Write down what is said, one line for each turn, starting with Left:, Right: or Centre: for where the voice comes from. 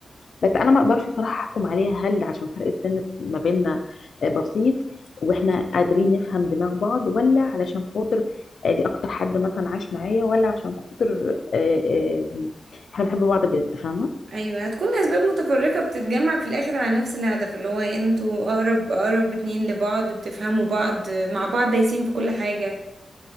Left: بس انا ما اقدرش صراحه احكم عليها هل عشان فرق السن ما بيننا آه، بسيط واحنا قادرين نفهم دماغ بعض ولا علشان خاطر آه، دي اكتر حد مثلا عاش معايا ولا عشان خاطر آه، آه، احنا بنحب بعض بجد فاهمه
Right: ايوه هتكون اسباب متفرقه بتتجمع في الاخر على نفس الهدف اللي هو انتوا اقرب اقرب اتنين لبعض بتفهموا بعض مع بعض دايسين في كل حاجه